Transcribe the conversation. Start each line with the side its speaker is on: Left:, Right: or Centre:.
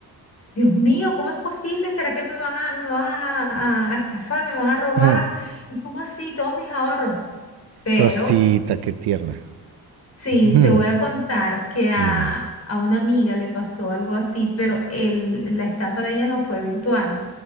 Left: Dios mío, ¿cómo es posible? ¿Será que me van a, me van a, a- a estafar, me van a robar?
Right: <laughs>
Left: ¿Y cómo así todos mis ahorros? Pero
Right: Cosita, qué tierna.
Left: sí,
Right: <laughs>
Left: te voy a contar que a,
Right: Dime.
Left: a una amiga le pasó algo así, pero el, la estafa de ella no fue virtual.